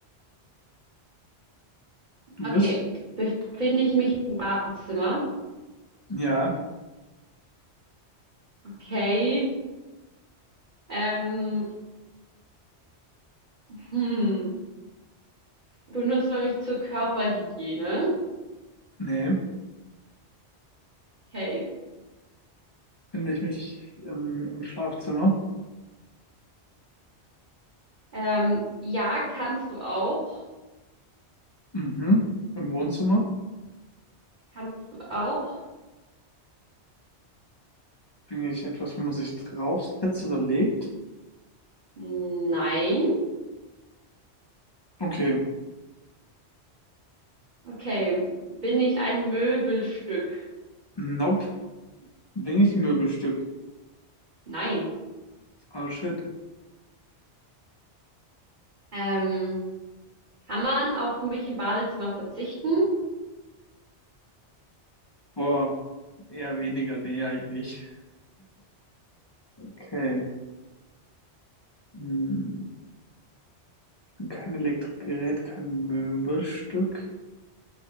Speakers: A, on the left; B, on the right.
A: Du
B: Okay,
A: bist?
B: befinde ich mich im Badezimmer?
A: Ja,
B: Okay. Ähm, hm, benutzt man mich zur Körperhygiene?
A: nee.
B: Okay.
A: Finde ich mich im, im Schlafzimmer?
B: Ähm, ja, kannst du auch.
A: Mhm. Im Wohnzimmer?
B: Kannst du auch.
A: Bin ich etwas, wo man sich draufsetzt oder legt?
B: Nein.
A: Okay.
B: Okay. Bin ich ein Möbelstück?
A: Nope. Bin ich ein Möbelstück?
B: Nein.
A: Oh shit.
B: Ähm, kann man auf mich im Badezimmer verzichten?
A: Boah. Eher weniger. Nee, eigentlich nicht. Okay. Hm. Kein Elektrogerät, kein Möbelstück.